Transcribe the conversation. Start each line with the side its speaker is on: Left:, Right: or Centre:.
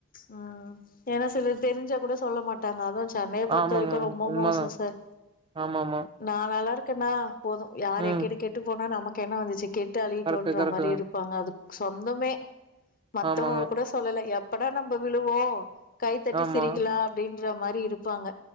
Left: ம் ஏனா சிலர் தெரிஞ்சா கூட சொல்ல மாட் ட்டாங்க அதுவு சென்னைய பொறுத்த
Right: ஆமாங்க.
Left: வரைக்கு ரொம்ப
Right: உண்மதான்.
Left: மோசோ சார்
Right: ஆமாமா.
Left: நா நல்லா இருக்கனா போது யார்
Right: ம்.
Left: எக்கேடு கெட்டு போனா நமக்கு என்ன வந்துச்சு கெட்டு அழியட்டுன்ற
Right: கரெக்ட்டு, கரெக்ட்டு
Left: மாரி
Right: தாங்க.
Left: இருப் ப்பாங்க அது சொந்தமே மத்தவுங்கல
Right: ஆமாங்க.
Left: கூட சொல்லல எப்படா நம்ப விழுவோ கைத்தட்டி
Right: ஆமா.
Left: சிரிக்கலா அப்டின்ற மாரி இருப்பாங்க